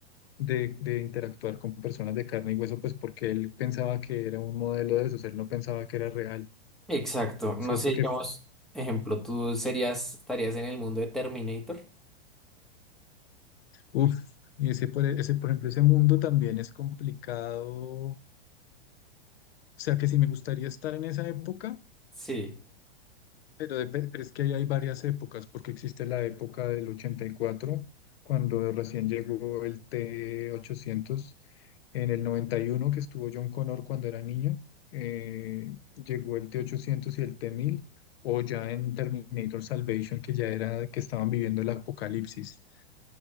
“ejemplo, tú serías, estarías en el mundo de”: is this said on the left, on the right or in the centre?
Centre